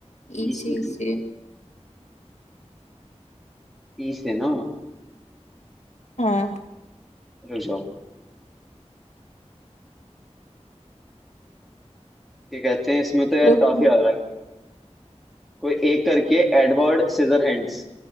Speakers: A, on the left (about 75°); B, in the centre.
A: ई
B: इसे
A: से ई
B: इसे
A: से
B: इसे ना
A: हाँ
B: रुक जाओ क्या कहते हैं इसमें तो यार
A: सोच
B: काफी आ गई कोई एक करके एडवर्ड सीजर हैंड्स